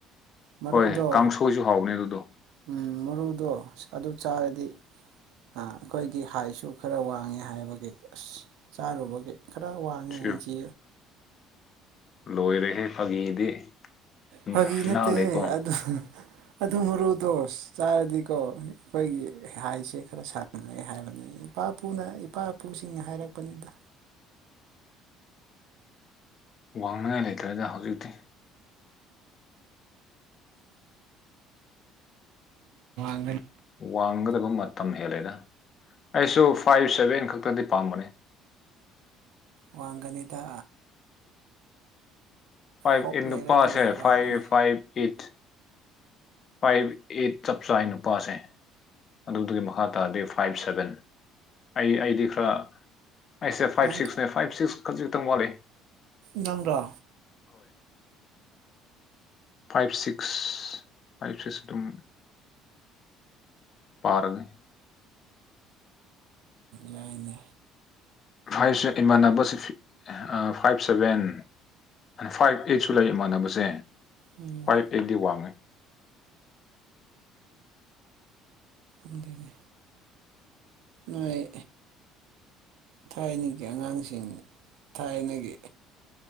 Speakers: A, on the right; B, on the left.
A: ꯃꯔꯨꯗꯣ
B: ꯍꯣꯏ ꯀꯥꯡꯁꯣꯏꯁꯨ ꯍꯥꯎꯅꯦ ꯑꯗꯨꯗꯣ
A: ꯎꯝ ꯃꯔꯨꯗꯣ ꯑꯗꯨ ꯆꯥꯔꯗꯤ ꯑꯩꯈꯣꯏꯒꯤ ꯍꯥꯏꯁꯨ ꯈꯔ ꯋꯥꯡꯉꯦ ꯍꯥꯏꯕ ꯑꯁ ꯆꯥꯔꯨꯕꯒꯤ ꯈꯔ ꯋꯥꯡꯉꯦ
B: ꯁꯤ
A: ꯏꯟꯁꯤ
B: ꯂꯣꯏꯔꯦꯍꯦ ꯐꯥꯒꯤꯗꯤ ꯎ
A: ꯐꯥꯒꯤ
B: ꯏꯅꯥꯜꯂꯦꯀꯣ
A: ꯅꯠꯇꯦꯍꯦ ꯑꯗꯨ ꯑꯗꯨ ꯃꯔꯨꯗꯣ ꯆꯥꯔꯗꯤꯀꯣ ꯑꯩꯈꯣꯏꯒꯤ ꯍꯥꯏꯁꯦ ꯈꯔ ꯁꯥꯡꯅꯦ ꯍꯥꯏꯕꯅꯤ ꯑꯩ ꯏꯄꯥ ꯏꯄꯨꯅ ꯏꯄꯥ ꯏꯄꯨꯁꯤꯡꯅ ꯍꯥꯏꯔꯛꯄꯅꯤꯗ
B: <unintelligible> ꯋꯥꯡꯅꯤꯡꯉꯥꯏ ꯂꯩꯇ꯭ꯔꯗ ꯍꯧꯖꯤꯛꯇꯤ
A: ꯎꯝ
B: ꯋꯥꯡꯒꯗꯕ ꯃꯇꯝ ꯍꯦꯜꯂꯦꯗ ꯑꯩꯁꯨ ꯐꯥꯏꯚ ꯁꯚꯦꯟ ꯈꯛ ꯭ꯔꯗꯤ ꯄꯥꯝꯝꯕꯅꯦ
A: ꯋꯥꯡꯒꯅꯤꯗ
B: ꯐꯥꯏꯚ
A: ꯍꯣꯞ
B: ꯑꯩꯠ
A: ꯂꯩꯔꯗꯤ
B: ꯅꯨꯄꯥꯁ
A: ꯋꯥꯡꯉꯅꯤ
B: five five eight five eight ꯆꯞꯁꯥꯟ ꯎꯄꯥꯥꯁꯦ ꯑꯗꯨꯗꯨꯒꯤ ꯃꯈꯥ ꯇꯥꯔꯗꯤ ꯐꯥꯏꯚ ꯁꯚꯦꯟ ꯑꯩ ꯑꯩꯗꯤ ꯈꯔ ꯑꯩꯁꯦ ꯐꯥꯏꯚ
A: ꯅꯪ
B: ꯁꯤꯛꯁꯅꯦ ꯐꯥꯏꯚ ꯁꯤꯛꯁ ꯈꯖꯤꯛꯇꯪ ꯋꯥꯠꯛꯦ
A: ꯅꯪ꯭ꯔ
B: ꯐꯥꯏꯚ ꯁꯤꯛꯁ ꯐꯥꯏꯚ ꯁꯤꯛꯁ ꯑꯗꯨꯝ ꯄꯥꯔꯒꯦ
A: ꯌꯥꯏꯅꯦ
B: ꯐꯥꯏꯚ ꯏꯃꯥꯟꯅꯕꯁꯤ ꯐꯥꯏꯚ ꯁꯚꯦꯟ ꯐꯥꯏꯚ ꯑꯩꯠꯁꯨ ꯂꯩ ꯏꯃꯥꯟꯅꯕꯁꯦ
A: ꯎꯝ
B: ꯐꯥꯏꯚ ꯑꯩꯗꯤ ꯋꯥꯉ
A: ꯗꯒꯤ ꯅꯥꯏ ꯊꯥꯏꯅꯒꯤ ꯑꯉꯥꯡꯁꯤꯡ ꯊꯥꯏꯅꯒꯤ